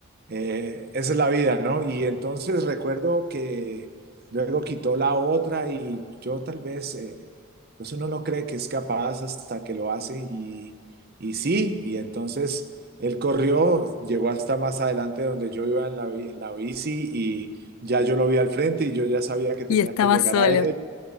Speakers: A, on the right (about 45°); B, on the left (about 80°).
A: eh, esa es la vida, ¿no? Y entonces recuerdo que luego quitó la otra y yo tal vez, eh, pues uno no cree que es capaz hasta que lo hace y, y sí, y entonces él corrió, llegó hasta más adelante donde yo iba en la, bi- en la bici y ya yo lo vi al frente y yo ya sabía que tenía
B: Y estaba
A: que llegar
B: solo.
A: a él